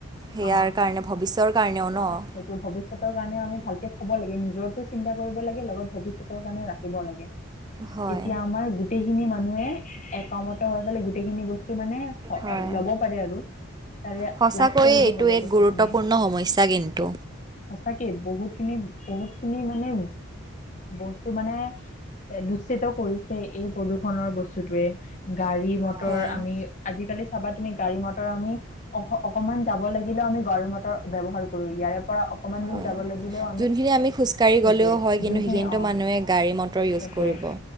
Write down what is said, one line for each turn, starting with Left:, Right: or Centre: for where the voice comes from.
Right: সেয়াৰ
Left: অঁ
Right: কাৰণে। ভৱিষ্যৰ কাৰণেও ন'।
Left: সেইটো ভৱিষ্যতৰ কাৰণেও আমি ভালকে থ'ব লাগে, নিজো চিন্তা কৰিব লাগে লগত ভৱিষ্যতৰ কাৰণেও ৰাখিব লাগে।
Right: হয়
Left: তেতিয়া আমাৰ গোটেইখিনি মানুহে একমত হৈ পেলে গোটেইখিনি বস্তু মানে অ
Right: হয়
Left: ল'ব পাৰে আৰু তাৰে
Right: সঁচাকৈয়ে
Left: লাভ কৰিব
Right: এইটো
Left: পাৰে
Right: এক
Left: বস্তুখিনি।
Right: গুৰুত্বপূৰ্ণ সমস্যা কিন্তু
Left: সঁচাকে বহুত খিনি বহুত খিনি মানে বস্তু মানে দূশিত কৰিছে এই প্ৰদূৰ্ষণৰ বস্তুটোৱে। গাড়ী, মটৰ
Right: হয়
Left: আমি আজিকালি চাবা তুমি গাড়ী মটৰ আমি অক অকমান যাব লাগিলেও আমি গাড়ী মটৰ ব্যৱহাৰ কৰো ইয়াৰে পৰা অকণমান দূৰ
Right: হয়,
Left: যাব লাগিলেও
Right: যোনখিনি আমি খোজকাঢ়ি
Left: সেইটোৱে
Right: গ'লেও হয় কিন্তু
Left: যোনখিনি
Right: সেইখিনিতো
Left: অ
Right: মানুহে গাড়ী মটৰ ইউজ
Left: সেইটোৱে
Right: কৰিব।